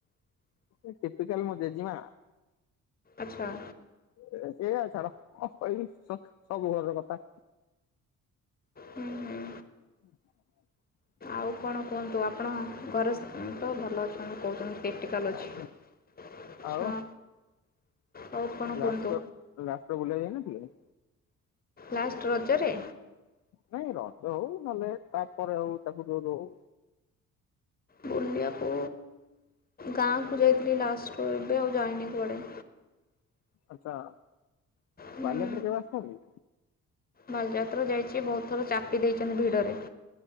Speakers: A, on the left; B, on the left.
A: ଏ ଟିପିକାଲ ମୋ ଜେଜିମା।
B: ଆଚ୍ଛା।
A: ଏ ସିଏ ଛାଡ କଣ କଇଵି ସ-ସବୁ ଘରର କଥା।
B: ହୁଁ ହୁଁ
A: <inaudible>
B: ଆଉ କଣ କୁହନ୍ତୁ ଆପଣ ଘରେ ସ୍ ତ ଭଲ ଅଛନ୍ତି କହୁଛନ୍ତି। କ୍ରିଟିକାଲ ଅଛି।
A: ଆଜ୍ଞା
B: ଆଚ୍ଛା।
A: ଆଉ
B: ଆଉ କ'ଣ
A: ଲାଷ୍ଟ
B: କୁହନ୍ତୁ
A: ତ ଲାଷ୍ଟ ତ ବୁଲିଆକୁ ଯାଇନଥିଲେ?
B: ଲାଷ୍ଟ ରଜରେ?
A: ନାଇଁ ରଜ ହଉ ନହେଲେ ତା ପରେ ହଉ ତା ପୂର୍ବରୁ ହଉ।
B: ବୁଲିୟାକୁ ଗାଁକୁ ଯାଇଥିଲି ଲାଷ୍ଟର ଏବେ ଆଉ ଯାଇନି କୁଆଡ଼େ।
A: ଆଚ୍ଛା,
B: ହୁଁ
A: ବାଲିଯାତ୍ରା କେବେ ଆସିଛନ୍ତି?
B: ବାଲିଯାତ୍ରା ଯାଇଛି ବହୁତ ଥର ଚାପି ଦେଇଛନ୍ତି ଭିଡ଼ରେ।